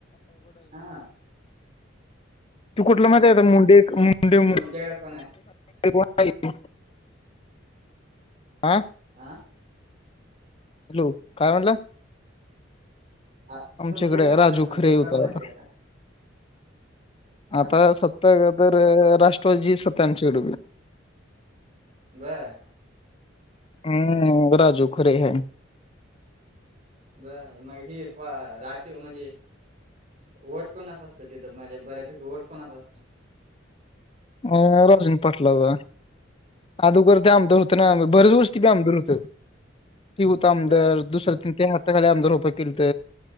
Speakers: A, on the right; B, on the left.
A: हा
B: तू कुठलं माहती
A: मग
B: आहेेत
A: काय
B: मुंडे
A: मग
B: मुंडे
A: तुमच्याकडे कोण आहे
B: मुं आं
A: आं
B: हॅलो काय म्हणला
A: आ
B: आमच्याकडे
A: तुमच्याकडे आमदार
B: राजू
A: कोण
B: खरे
A: सत्ता
B: होत
A: कोणाची
B: आता
A: हा
B: आता सतता तर राष्ट्र शजी सत्यानशडक
A: बर
B: हम्म राजू खरे है
A: ब मग हे प राज म्हणजे वट कोणाच असत तिथं माझ्या बऱ्यापैकी वट कोणाच असत
B: अ रजून पटलं ग अदोगर ते आमदार होत ना
A: बर
B: बरच वोष्टती आमदार हो त होत आमदार
A: बर
B: दुस तीन तन ह्याखाली आमदार रप केलत